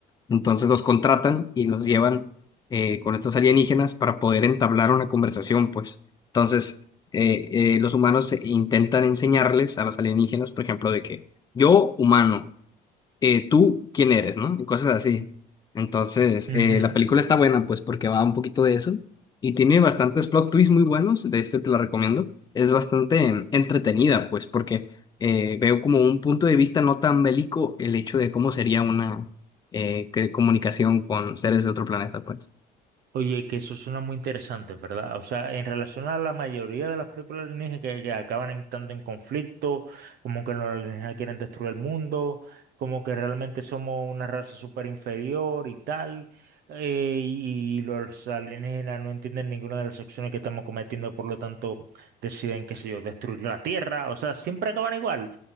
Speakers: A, on the left; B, on the right.
A: Entonces los contratan y los llevan eh, con estos alienígenas para poder entablar una conversación, pues. Entonces, eh, eh, los humanos intentan enseñarles a los alienígenas, por ejemplo, de que yo, humano, eh, tú, ¿quién eres? ¿no? Y cosas así. Entonces,
B: ujú,
A: eh, la película
B: ujú.
A: está buena, pues, porque va un poquito de eso y tiene bastantes plot twists muy buenos, de este te la recomiendo. Es bastante eh, entretenida, pues, porque eh, veo como un punto de vista no tan bélico el hecho de cómo sería una eh, que- comunicación con seres de otro planeta, pues.
B: Oye, que eso suena muy interesante, ¿verdad? O sea, en relación a la mayoría de las películas alienígenas que, que acaban en, tanto en conflicto, como que los alienígenas quieren destruir el mundo, como que realmente somos una raza súper inferior y tal, eh, y los alienígenas no entienden ninguna de las acciones que estamos cometiendo, por lo tanto deciden, qué sé yo, destruir la Tierra, o sea, siempre acaban igual,